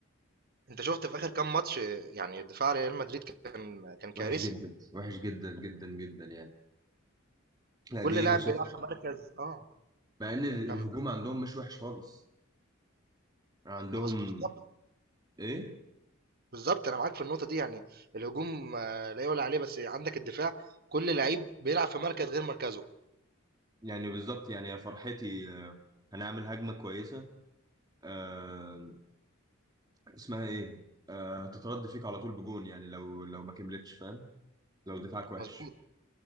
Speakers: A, on the right; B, on the right.
A: أنت شُفت في آخر كام ماتش يعني دفاع ريال مدريد كان كان كارثي،
B: وحش جدا وحش جدا جدا جدا يعني لا
A: كل
B: دي
A: لاعب
B: انا شايف
A: بيلعب في مركز آه،
B: مع ان الهجوم
A: كان
B: عندهم مش وحش خالص عندهم
A: بس بالظبط
B: ايه
A: بالظبط انا معاك في النقطه دي يعني الهجوم آه، لا يعلى عليه بس عندك الدفاع كل لعيب بيلعب في مركز غير مركزه
B: يعني بالظبط يعني يا فرحتي آه، هنعمل هجمه كويسه آه اسمها ايه آه هتترد فيك على طول بجون يعني لو لو ما كملتش فاهم لو دفاعك وحش
A: مظبوط